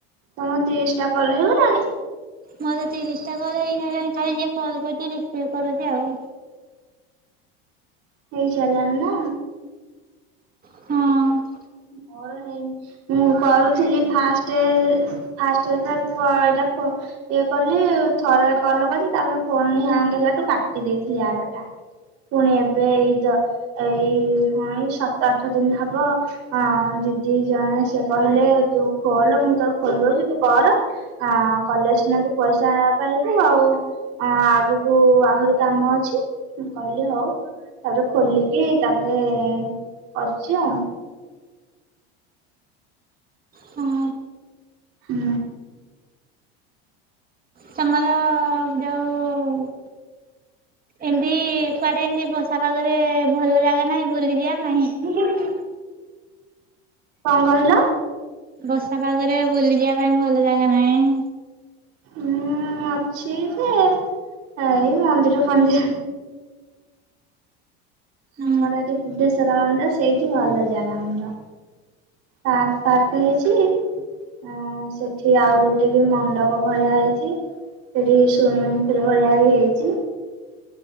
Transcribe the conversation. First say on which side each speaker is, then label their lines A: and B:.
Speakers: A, on the right (about 60°); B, on the right (about 30°).
A: ତମ ତିରିଶଟା କଲ୍ ହେଇଗଲାଣି?
B: ମୋର ତ ତିରିଶ ଟା କଲ୍ ହେଇସାଇଲାଣି ଖାଲି ଯିଏ କଲ୍ କରୁଚି ରିସିଭ୍ କରୁଚି ଆଉ।
A: ହେଇସାଇଲାଣି ନା?
B: ହଁ।
A: ମୋର ହେଇନି ମୁଁ କରୁଥିଲି ଫାଷ୍ଟେ ଫାଷ୍ଟ ଦେଇଥିଲା ଫୋ ଏଇଟା ଫୋ ଇଏ କଲି ଥରେ କଲ୍ କଲି ତାପରେ ଫୋନ ହ୍ୟାଙ୍ଗ ହେଲାଠୁ କାଟି ଦେଇଥିଲି ଆପ୍ ଟା। ପୁଣି ଏବେ ଏଇ ଏଇ ଦ ଏଇ ହଁ ସାତ ଆଠ ଦିନ ହବ। ହଁ ଦିଦି ଜଣେ ସେ କହିଲେ ତୁ ଖୋଲ ମୁଁ ତୋର ଖୋଲି ଦୋଉଚି ତୁ କର। ହଁ କଲେ ସିନା ତୁ ପଇଷା ପାଇବୁ ଆଉ। ହଁ ଆଗକୁ ଆହୁରି କାମ ଅଛିଁ ମୁଁ କହିଲି ହୋଉ। ତାପରେ ଖୋଲିକି ତାପରେ କରୁଚି ଆଉ।
B: ହଁ
A: ହୁଁ।
B: ତମର ଯୋଉ ଏମତି କୁଆଡେ ଏମିତି ବର୍ଷା ପାଗରେ ଭଲ ଜାଗା ନାହିଁ ବୁଲି ଯିବା ପାଇଁ?
A: କଣ କହିଲ?
B: ବର୍ଷା ପାଗରେ ବୁଲି ଯିବା ପାଇଁ ଭଲ ଜାଗା ନାଇଁ।
A: ଉଁ ଅଛି ଯେ ଏଇ ମନ୍ଦିର ଫନ୍ଦିର।
B: ହୁଁ
A: ଆମର ଏଠି ବୁଦ୍ଧେଶ୍ଵର ମନ୍ଦିର ସେଇଠି ଭଲ ଯାଗା ଆମର। ପାର୍କ ଫାର୍କ ହେଇଚି। ହଁ ସେଠି ଆଉ ଗୋଟେ ବି ମଣ୍ଡପ ଭଳିଆ ହେଇଚି। ସେଠି ଶୁଇମିଙ୍ଗ ପୁଲ ଭଳିଆ ବି ହେଇଚି।